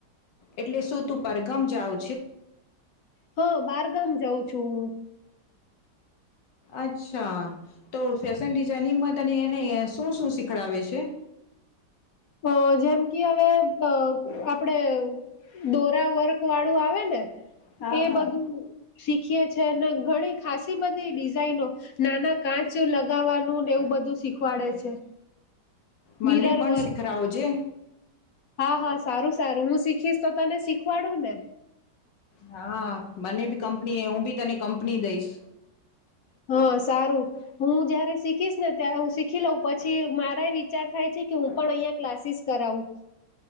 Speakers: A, on the left; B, on the left.
A: એટલે શું તું પરઘમ જાઉ
B: હા બારગામ જાઉ છું હું
A: અચ્છા તો ફેશન ડિઝઇનિંગમાં તને એને શું શું શીખડાવે છે?
B: અ જેમકી હવે આપડે દોરા વર્ક વાળું આવે ને
A: હા
B: એ
A: હા
B: બધું શીખીએ છે ને ઘણી ખાસી બધી ડિઝાઇનો નાના કાચ એવુ લગાવવાનું ને એવુ બધું શીખવાડે છે.
A: મને
B: મિરર
A: પણ
B: વર્ક
A: શીખરાવો જે
B: હા હા સારું સારું હું શીખ શીખીશ તો તને શીખવાડુ ને.
A: હા મને બી કંપનીએ હું બી તને કંપની દઈશ
B: હ સારું. હું જયારે શીખીશ ને ત્યારે હું શીખી લઉં પછી મારા વિચાર થાય છે કે હું પણ અહિયાં ક્લાસીસ કરાવું